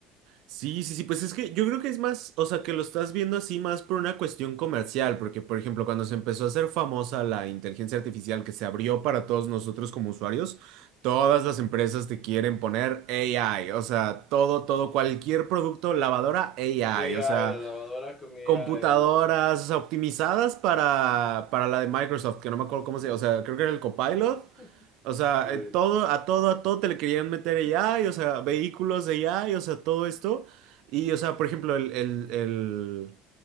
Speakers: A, on the right; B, on the left.
A: Sí, sí, sí, pues es que yo creo que es más, o sea, que lo estás viendo así más por una cuestión comercial, porque por ejemplo, cuando se empezó a hacer famosa la inteligencia artificial que se abrió para todos nosotros como usuarios, todas las empresas te quieren poner AI, o sea, todo, todo, cualquier producto, lavadora, AI,
B: AI,
A: o sea.
B: la lavadora con AI.
A: computadoras, o sea, optimizadas para, para la de Microsoft, que no me acuerdo cómo se llama, o sea, creo que era el Copilot.
B: <laughs>
A: O sea,
B: Sí,
A: eh, todo, a todo, a todo te le querían meter AI, o sea, vehículos de AI, o sea, todo esto. Y, o sea, por ejemplo, el, el, el,